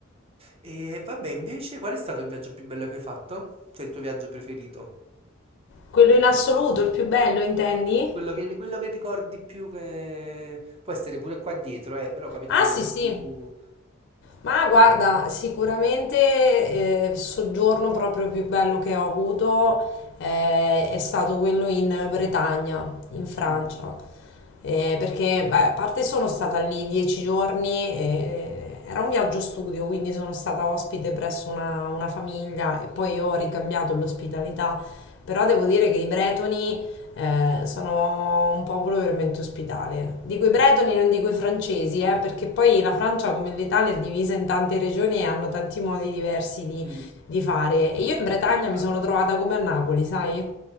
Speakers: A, on the right; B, on the left.
A: E vabbè, invece, qual è stato il viaggio più bello che hai fatto? Cioè il tuo viaggio preferito?
B: Quello in assoluto, il più bello, intendi?
A: Quello che, quello che ricordi più che... Può essere pure qua dietro, eh, però ho capito
B: Ah,
A: quello
B: sì,
A: che
B: sì.
A: più...
B: Ma guarda, sicuramente eh, il soggiorno proprio più bello che ho avuto eh, è stato quello in Bretagna, in Francia.
A: Mm,
B: Eh, perché, beh, a parte sono stata lì dieci giorni, eh, era un viaggio studio, quindi sono stata ospite presso una, una famiglia e poi ho ricambiato l'ospitalità. Però devo dire che i bretoni Eh, sono un popolo veramente ospitale. Dico i bretoni, non dico i francesi, eh, perché poi la Francia, come l'Italia, è divisa in tante regioni e hanno tanti modi diversi di,
A: mm,
B: di fare. E io in Bretagna
A: che pensavi.
B: mi sono trovata come a Napoli, sai?